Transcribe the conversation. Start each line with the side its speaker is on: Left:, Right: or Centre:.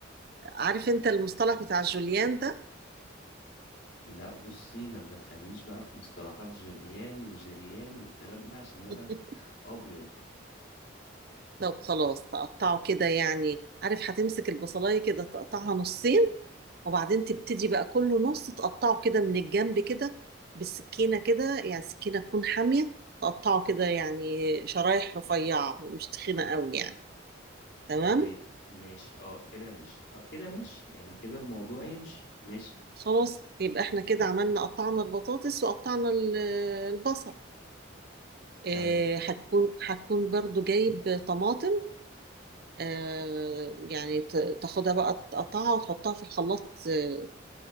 Right: عارف انت المصطلح بتاع الجوليان ده
Left: لا بصي ما تدخلنيش بقى في مصطلحات جوليان وجيريان والكلام ده عشان انا
Right: <laughs>
Left: <laughs> ابيض
Right: طب خلاص تقطعه كده يعني عارف هتمسك البصلاية كده تقطعها نصين وبعدين تبتدي بقى كل نص تقطعه كده من الجنب كده بالسكينة كده يعني السكينة تكون حامية تقطعه كده يعني شرايح رفيعة مش تخينة قوي يعني تمام
Left: تمام ماشي اه كده ماشي اه كده ماشي يعني كده الموضوع يمشي ماشي
Right: خلاص يبقى احنا كده عملنا قطعنا البطاطس وقطعنا ال- البصل آه،
Left: تمام
Right: هتكون هتكون برضو جايب طماطم آه، يعني ت- تاخدها بقى تقطعها وتحطها في الخلاط آه،